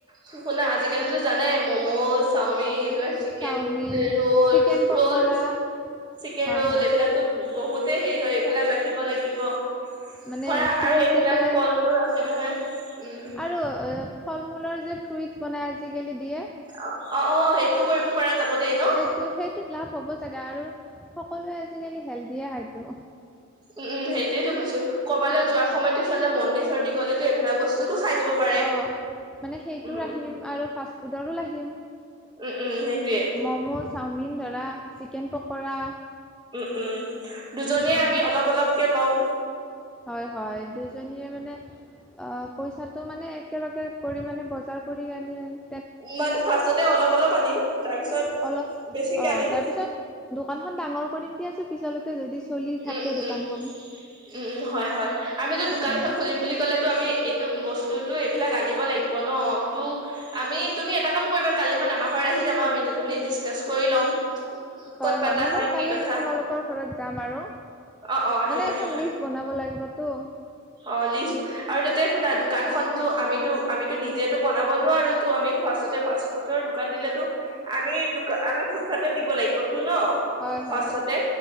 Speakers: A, on the right; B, in the centre.
A: শুনা, আজিকালিতো জানাই মম চাওমিন এইবিলাক chicken
B: chowmein,
A: roll
B: chicken pakora
A: roll chicken
B: হয়,
A: ৰল
B: হয়।
A: এইবিলাক বহুতে হেৰি হয় এইবিলাক ৰাখিব লাগিব। ধৰা
B: মানে চিলি
A: আৰু এইবিলাক
B: চিকেন
A: ফল মূল তে নহয় উম্।
B: আৰু অ' ফল মূলৰ যে ফ্ৰুইটছ বনাই আজিকালি দিয়ে।
A: অ' অ' অ' সেইটো কৰিব পৰা যাব দেই ন।
B: তো সেইটোত লাভ হ'ব <unintelligible> আৰু সকলোৱে আজিকালি হেল্ডিয়ে খাইতো।
A: উম্ উম্ সেইটয়েতো কৈছোঁ ক'ৰবালে যোৱাৰ সময়তো সিহঁতে মন্দিৰ চন্দিৰ গ'লেতো এইবিলাক বস্তুটো খাই যাব। পাৰে
B: অ'। মানে সেইটো
A: উম
B: ৰাখিম আৰু ফাষ্ট ফুডৰো ৰাখিম।
A: উম উম সেইটোয়ে
B: মমোজ চাওমিন ধৰা চিকেন পকৰা।
A: উম্ উম্ দুজনীয়ে
B: উম
A: আমি অলপ অলপকৈ ল'ম।
B: হয় হয় দুজনিয়ে মানে অ' পইচাটো মানে একেলগে কৰি মানে বজাৰ কৰি আনি আনি-
A: মানে ফাৰ্ষ্টতে অলপ অলপ আনিম, তাৰপিছত-
B: অলপ
A: বেছিকে
B: অ'
A: আনিম
B: দোকানখন ডাঙৰ কৰিম দিয়াচো- পিছলৈকে যদি চলি থাকে
A: উম
B: দোকানখন।
A: উম উম' উম' হয় হয়, আমিতো দোকান
B: উম
A: এখন বুলি কলে- টো আমি এইটো বস্তুটো এইবিলাক আনিব লাগিব ন, টো- আমি তুমি এটা কাম কৰিবা, কালিমান আমাৰ ঘৰত আহি যাবা আমি দুজনী ডিচকাচ কৰি ল'ম। ক'ত
B: হয় হয়,
A: পাতা
B: মই বাৰু কালি
A: কি কথা
B: তোমালোকৰ ঘৰত- যাম আৰু,
A: অ অ আহিবা
B: মানে এখন
A: আহিবা
B: লিচ বনাব লাগিবতো।
A: অ লিষ্ট আৰু তাতে শুনা দোকানখনতো আমিতো আমিতো নিজেতো বনাব নোৱাৰো, তো আমি- ফাষ্টতে ফাষ্ট ফুডৰ দোকান দিলেতো আমি দোক আমি ফুডফাথত দিব লাগিবতো ন।
B: হয় হয়।
A: ফাৰ্ষ্টতে